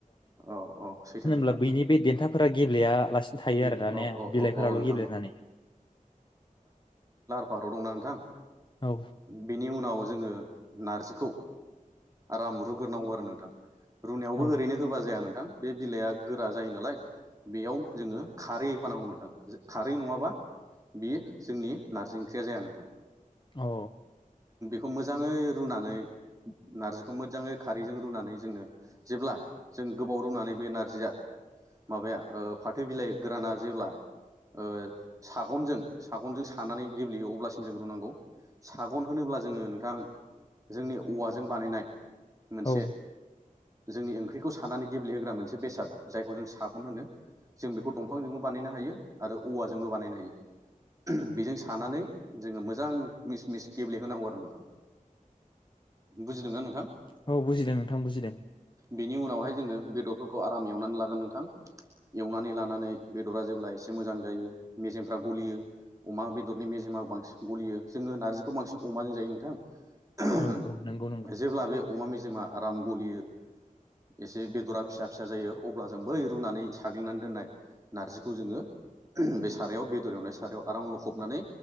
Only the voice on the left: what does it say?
ब्ला बैनि बे देनथाफोरा गेब्लेया लासिनो थायो
आरोना ने
बिलाइफोराल'
गेब्लेनानै
औ
औ
औ
औ
औ बुजिदों नोंथां बुजिदों।
औ औ नंगौ नंगौ